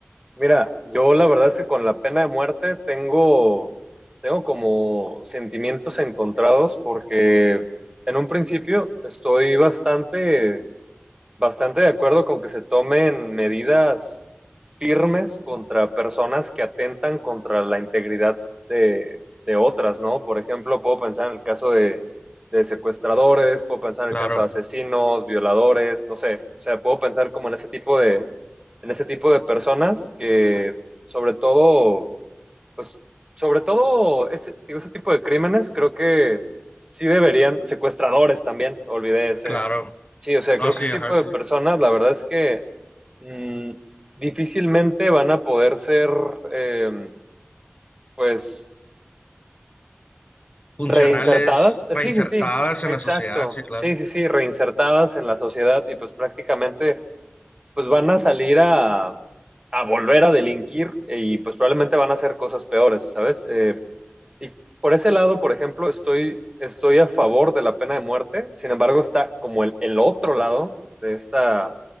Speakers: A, on the right (about 20°); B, on the left (about 30°).
A: Mira, yo la verdad es que con la pena de muerte tengo, tengo como sentimientos encontrados porque en un principio estoy bastante Bastante de acuerdo con que se tomen medidas firmes contra personas que atentan contra la integridad de, de otras, ¿no? Por ejemplo, puedo pensar en el caso de, de secuestradores, puedo pensar en
B: Claro,
A: el caso de asesinos, violadores, no sé. O sea, puedo pensar como en ese tipo de, en ese tipo de personas que, sobre todo, pues sobre todo ese, digo, ese tipo de crímenes, creo que sí deberían, secuestradores también, olvidé ese.
B: claro.
A: Sí, o sea,
B: No,
A: creo
B: sí,
A: que ese
B: ajá,
A: tipo
B: sí.
A: de personas, la verdad es que mm, difícilmente van a poder ser, eh, pues,
B: Funcionales,
A: reinsertadas. Eh,
B: reinsertadas
A: Sí, sí, sí,
B: en
A: exacto.
B: la sociedad, sí, claro.
A: Sí, sí, sí, reinsertadas en la sociedad y pues prácticamente, pues van a salir a, a volver a delinquir y pues probablemente van a hacer cosas peores, ¿sabes? Eh, Y por ese lado, por ejemplo, estoy, estoy a favor de la pena de muerte. Sin embargo, está como el, el otro lado de esta,